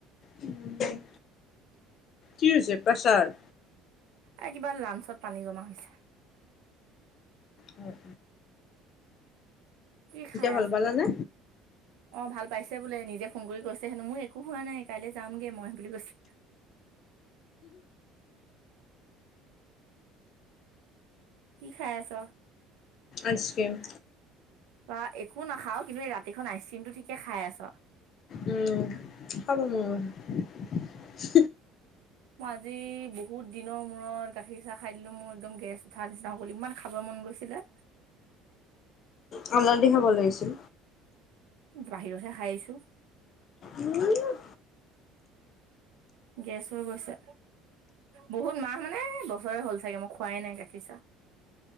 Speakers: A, on the left; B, on the right.
A: উম। কি হৈছে প্ৰেছাৰ?
B: এ কিবা লাঞ্চত পানী জমা হৈছে।
A: হয়।
B: কি খাই
A: ভাল
B: আছ
A: পালানে?
B: তই? অ' ভাল পাইছে বোলে, নিজে ফোন কৰি কৈছে হেনো, মোৰ একো হোৱা নাই, কাইলৈ যামগে মই বুলি কৈছে। কি খাই আছ?
A: আইচক্ৰীম।
B: বা একো নাখাৱ। কিন্তু এই ৰাতিখন আইচ ক্ৰীমটো ঠিকে খাই আছ।
A: উম, খাব মন গৈছে।
B: মই আজি বহুত দিনৰ মূৰত গাখীৰ চাহ খাই দিলো মোৰ একদম গেছ উঠাৰ নিচিনা হ'ল, ইমান খাবলে মন গৈছে। চিলে।
A: হালধী খাব লাগিছিল।
B: বাহিৰহে খাই আহিছো।
A: উম,
B: গেছ হৈ গৈছে। বহুত মাহ মানে বছৰে হ'ল চাগে মই খোৱাই নাই গাখীৰ চাহ।